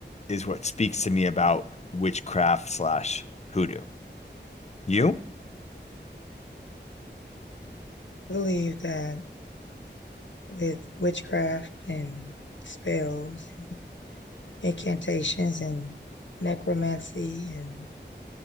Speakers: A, on the left (about 35°); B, on the left (about 80°).
A: is what speaks to me about witchcraft slash hoodoo. You?
B: I believe that with witchcraft and spells and incantations and necromancy and